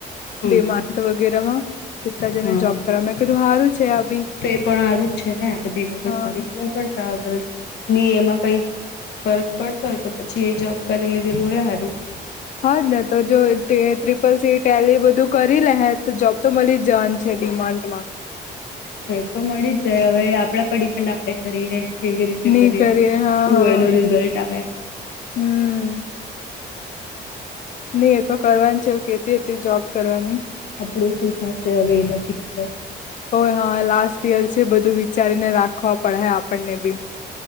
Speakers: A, on the left; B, on the left.
A: હમ
B: ડિમાડ વગેરેમાં પતાજને
A: હા
B: જોબ કર મે કીધું સારું છે આ બી.
A: તો એ પણ આરું જ છે ને બધી મગજ
B: હા
A: મારી પડતા આગળ ની એમાં કઈ. ફરક પડતો હોય તો પછી એ જોબ કરી લીધેલું હોય સારું.
B: હાજ ને તો જો ટ્રિપલ સી ટેન એ બધું કરી લે હે તો જોબ તો મળી જ!?. જે ડિમાન્ડમાં.
A: હા એ તો મળી જ જાય હવે આપણા પર ડિપેન્ડ આપડે કરીએ. કેવી રીતે
B: નહી
A: કરીએ
B: હા
A: શુંય
B: હા
A: એનો રિઝલ્ટ આવે.
B: હમ. નહી એ તો કરવાની છે કેતી હતી જોબ કરવાની.
A: આપડું શું થશે હવે એ નથી ખબર.
B: ઓ હા લાસ્ટ યર છે બધું વિચારીને રાખવા પડે આપણને બી.